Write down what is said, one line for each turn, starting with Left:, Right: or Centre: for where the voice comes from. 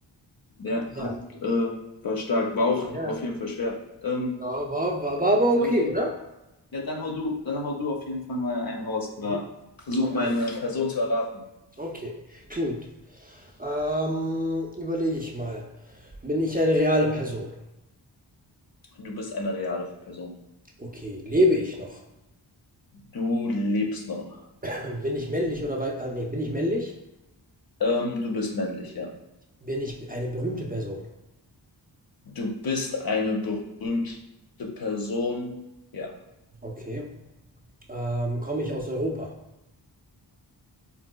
Left: Der
Right: Ja,
Left: hat, äh, war stark. War auch
Right: ja.
Left: auf jeden Fall schwer. Ähm,
Right: Ja, war war war aber okay,
Left: ja, okay.
Right: oder?
Left: Ja, dann hau du, dann hau du auf jeden Fall mal einen raus oder
Right: Mhm.
Left: versuch
Right: Okay,
Left: meine Person zu erraten.
Right: okay, gut. Ähm, überlege ich mal. Bin ich eine reale Person?
Left: Du bist eine reale Person.
Right: Okay, lebe ich noch?
Left: Du lebst noch.
Right: <clears throat> Bin ich männlich oder weiblich? ah, ne, bin ich männlich?
Left: Ähm, du bist männlich, ja.
Right: Bin ich eine berühmte Person?
Left: Du bist eine berühmte Person. Ja.
Right: Okay. Ähm, komme ich aus Europa?